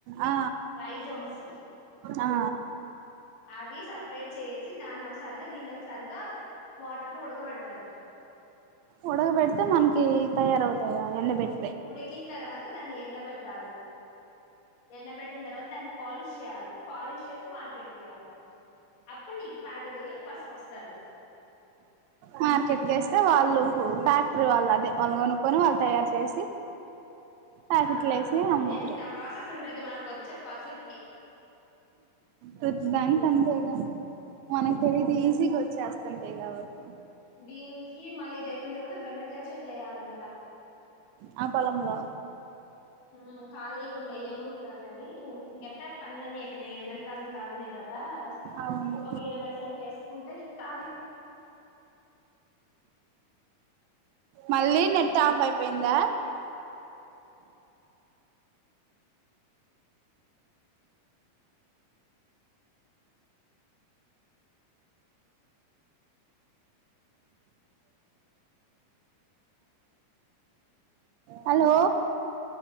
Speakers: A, on the right; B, on the left.
A: ఆ
B: రైజోమ్స్
A: ఆ
B: అవి సపరేట్ చేసి దాన్ని ఒకసారిగా దీన్ని ఒకసారిగా వాటర్లో ఉడకబెడతారు
A: ఉడకబెడితే మనకి తయారవుతాయి అవి ఎండబెట్
B: ఉడికిన తర్వాత దాన్ని ఎండబెట్టాలి ఎండబెట్టిన తర్వాత దాన్ని పాలిష్ చేయాలి పాలిష్ చేసి మార్కెట్ కేయ్యాలి అప్పుడు నీకు ప్యాకెట్లలో పసుపుపొస్తాది
A: మార్కెట్కి వేస్తే వాళ్ళు ఫ్యాక్టరీ వాళ్ళు అదే వాళ్ళు కొనుక్కొని వాళ్ళు తయారు చేసి ప్యాకెట్లు
B: ఆ
A: వేసి అమ్ముతురు
B: ఎంత ప్రాసెస్ ఉంటది మనకు వచ్చే పసుపుకి
A: ప్ర దానికి అంతేగా మనకు తెలిదు ఈజీగా వచ్చేస్తుంటే కాబట్టి
B: దీనికి మళ్ళీ ఇద అయిపోన తర్వాత బెండ అక్కే చెట్లు కావాలంట
A: ఆ పొలంలో
B: మ్ ఖాలిగా ఉండయ్య మును ర్లేఅని గట్ట పనులని చేపిన ఎండ కాలం కానీనే కాదు రా
A: అవును
B: ఒక ఇరవై సెంట్లు వేసుకుంటే చ
A: మళ్ళీ నెట్ ఆఫ్ అయిపోయిందా హలో